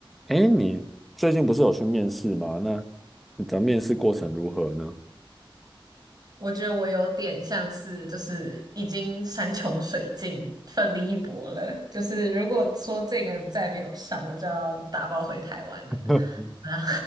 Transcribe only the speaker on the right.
我觉得我有点像是，就是已经山穷水尽，奋力一搏了。就是如果说这个再没有上，我就要打包回台湾了。
啊，